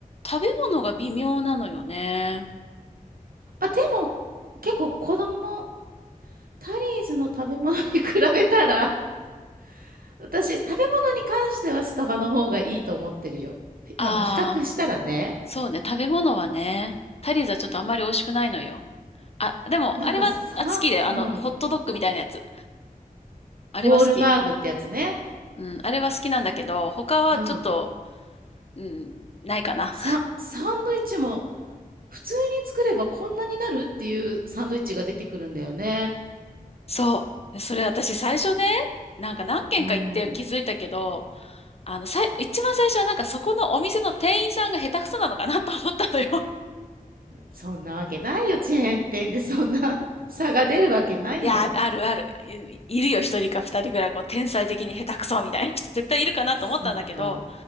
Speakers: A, on the left; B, on the right.
A: 食べ物が微妙なのよね。
B: あ、でも、結構子供タリーズの食べ物に比べたら、<laughs> 私、食べ物に関してはスタバの方がいいと思ってるよ。ひあの、
A: ああ、
B: 比較したらね、
A: そうね、食べ物はね、タリーズはちょっとあんまり美味しくないのよ。あ、でも、
B: なんかさ、
A: あれは、あ、好きで、あの、
B: うん、
A: ホットドッグみたいなやつ。あれは好き。
B: ボールバーグってやつね。
A: うん、あれは好きなんだけど、他はちょっと、
B: うん。
A: うん、ないかな。
B: さ、サンドイッチも普通に作ればこんなになるっていうサンドイッチが出てくるんだよね。
A: そう。それ私最初ね、なんか何軒か行って気づいたけど、
B: うん。
A: あの、さい、一番最初はなんかそこのお店の店員さんが下手くそなのかなと思ったのよ。
B: そんなわけないよ、チェーン店でそんな <laughs> 差が出るわけないよ。
A: いや、あるある。い、いるよ、一人か二人ぐらい、こう、天才的に下手くそみたいな人、<laughs> 絶対いるかなと思ったんだけど、
B: そっか。